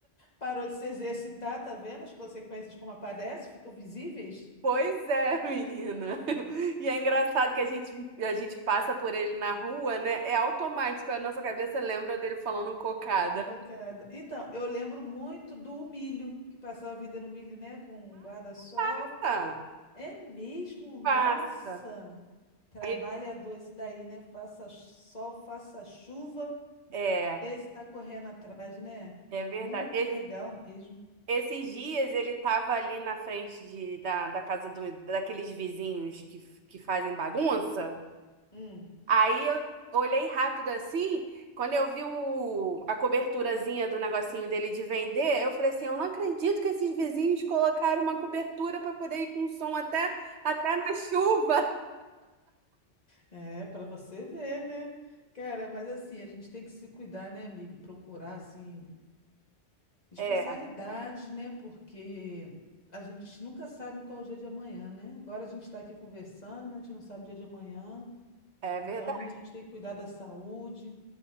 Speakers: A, on the left; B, on the right.
A: Parou de se exercitar, tá vendo as consequências como aparecem, ficam visíveis?
B: Pois é, menina. <laughs> E é engraçado que a gente, a gente passa por ele na rua, né? É automático, a nossa cabeça lembra dele falando cocada.
A: Cocada. Então, eu lembro muito do milho, que passava vendendo milho, né, com guarda-sol.
B: Passa,
A: É mesmo? Nossa!
B: passa.
A: Trabalhador
B: E-
A: esse daí, né? Faça sol, faça chuva.
B: É,
A: Esse tá correndo atrás, né?
B: é verdade.
A: Muito
B: Es-
A: legal mesmo.
B: esses dias ele tava ali na frente de, da, da casa do, daqueles vizinhos que, que fazem bagunça.
A: Hum,
B: Aí eu olhei rápido assim, quando eu vi o, a coberturazinha do negocinho dele de vender, eu falei assim, eu não acredito que esses vizinhos colocaram uma cobertura para poder ir com som até, até na chuva.
A: é, para você ver, né? Cara, mas assim, a gente tem que se cuidar, né, amiga? Procurar, assim, especialidade,
B: É,
A: né? Porque a gente nunca sabe qual é o dia de amanhã, né? Agora a gente está aqui conversando, mas a gente não sabe o dia de amanhã.
B: é
A: Então
B: verdade.
A: a gente tem que cuidar da saúde,